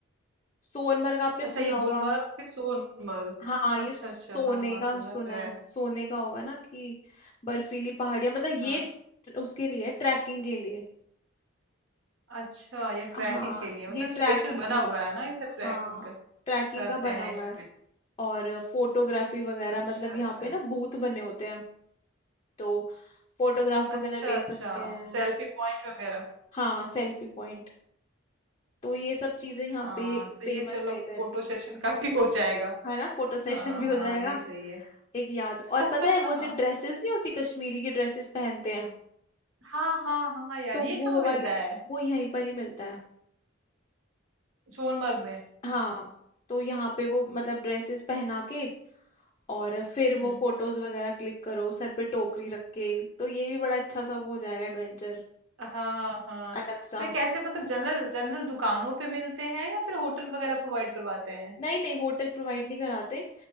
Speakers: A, on the left; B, on the right.
A: सोनमर्ग आपने
B: अच्छा
A: सुना
B: ये
A: होगा
B: गुलमर्ग फिर सोनमर्ग
A: हाँ ये
B: अच्छा
A: सोने
B: अच्छा हाँ हाँ
A: का
B: सुना
A: सुना
B: तो है
A: है सोने का होगा ना कि बर्फीली पहाड़ियां मतलब ये
B: हाँ
A: ट- उसके लिए ट्रैकिंग के लिए
B: अच्छा ये
A: हाँ
B: ट्रैकिंग के लिए मतलब
A: ये ट्रैकिंग
B: स्पेशल बना
A: के लिए
B: हुआ है ना इसे ट्रैकिंग
A: हाँ ट्रैकिंग
B: करते
A: का बना
B: हैं
A: हुआ
B: इस
A: है
B: पे
A: और फोटोग्राफी वगैरह
B: अच्छा
A: मतलब
B: अच्छा
A: यहाँ पे ना बूथ बने होते हैं तो फोटोग्राफ वगैरह
B: अच्छा
A: ले
B: अच्छा
A: सकते हैं
B: सेल्फी पॉइंट वगैरह
A: हाँ सेल्फी पॉइंट तो ये सब चीजें यहाँ
B: हाँ
A: पे
B: तो
A: फेमस
B: ये चलो
A: है इधर
B: फोटो
A: की
B: सेशन का भी हो जाएगा
A: है ना फोटो सेशन
B: हाँ
A: भी हो
B: हाँ
A: जाएगा
B: ये सही है
A: एक याद
B: <laughs>
A: और पता है
B: हाँ
A: वो जो ड्रेसेस नहीं होती कश्मीरी की ड्रेसेस पहनते हैं
B: हाँ हाँ हाँ यार
A: तो
B: ये
A: वो
B: कहाँ मिलता
A: वाली
B: है
A: वो यहीं पर ही मिलता है
B: सोनमर्ग में
A: हाँ तो यहाँ पे वो मतलब ड्रेसेस पहना के और फिर
B: हम्म
A: वो फोटोज वगैरह क्लिक करो सर पे टोकरी रख के तो ये भी बड़ा अच्छा सा वो हो जाएगा एडवेंचर
B: हाँ हाँ
A: अलग सा
B: तो ये कैसे मतलब जनरल जनरल दुकानों पे मिलते हैं या फिर होटल वगैरह प्रोवाइड करवाते हैं
A: नहीं नहीं होटल प्रोवाइड नहीं कराते